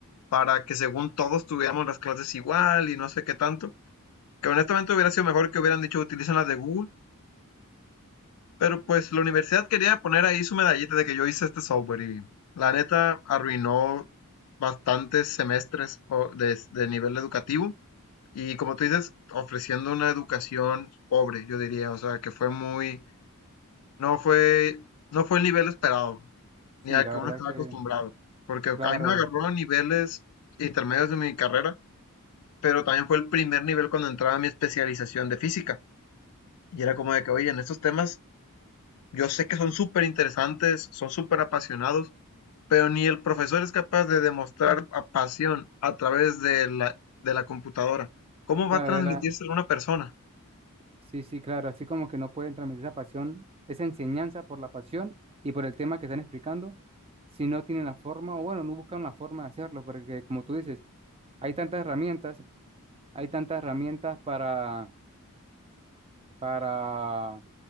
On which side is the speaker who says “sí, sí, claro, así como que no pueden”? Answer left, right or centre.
Right